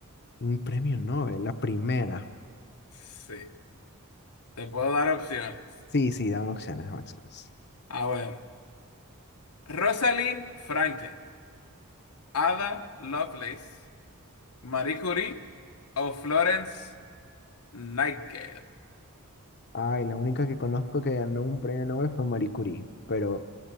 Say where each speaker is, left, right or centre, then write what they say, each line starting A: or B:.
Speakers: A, on the left; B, on the left.
A: Un premio Nobel, la primera.
B: Sí, te puedo dar opciones.
A: Sí, sí, dame opciones, dame opciones.
B: A ver, Rosalind Franklin, Ada Lovelace, Marie Curie o Florence Nightingale.
A: Ay, la única que conozco que ganó un premio Nobel fue Marie Curie, pero